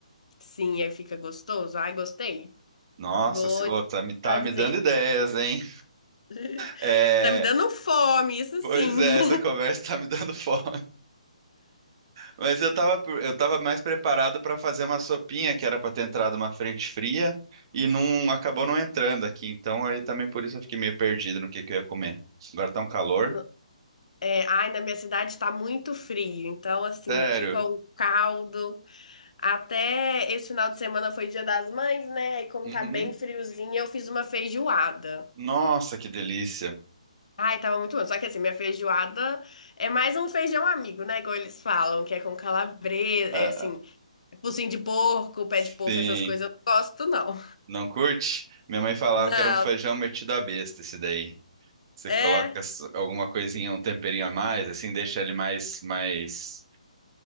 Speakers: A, on the left; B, on the right.
A: sim, aí fica gostoso. Ai, gostei.
B: Nossa,
A: Vou
B: se- ô, tá, me tá
A: fazer.
B: me dando ideias, hein?
A: <laughs>
B: É,
A: Tá me dando fome, isso
B: pois
A: sim.
B: é, essa conversa tá me dando <laughs> fome. Mas eu tava, eu tava mais preparado para fazer uma sopinha que era para ter entrado uma frente fria e não acabou não entrando aqui. Então aí também por isso eu fiquei meio perdido no que que eu ia comer. Agora tá um calor.
A: <laughs> No- É, ai, na minha cidade tá muito frio, então assim,
B: Sério.
A: aqui com caldo, até esse final de semana foi Dia das Mães, né? E como
B: Uhum.
A: tá bem friozinho, eu fiz uma feijoada.
B: Nossa, que delícia.
A: Ai, tava muito bom. Só que assim, minha feijoada é mais um feijão amigo, né? Igual eles falam, que é com calabresa,
B: Ah,
A: é assim, é focinho de porco, pé
B: sim.
A: de porco, essas coisas eu não gosto, não.
B: Não curte? Minha mãe falava
A: Não,
B: que era um feijão metido à besta esse daí. Você
A: É,
B: coloca s- alguma coisinha, um temperinho a mais, assim, deixa ele mais, mais,